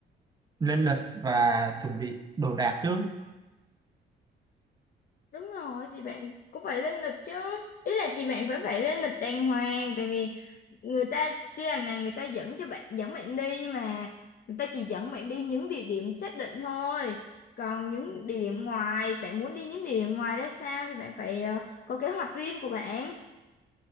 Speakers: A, on the right; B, on the left.
A: lên lịch và chuẩn bị đồ đạc trước
B: Đúng rồi thì bạn cũng phải lên lịch chứ ý là thì bạn vẫn phải lên lịch đàng hoàng tại vì người ta tuy rằng là người ta dẫn cho bạn dẫn bạn đi nhưng mà người ta chỉ dẫn bạn đi những địa điểm xác định thôi còn những địa điểm ngoài bạn muốn đi những địa điểm ngoài ra sao thì bạn phải ờ, có kế hoạch riêng của bạn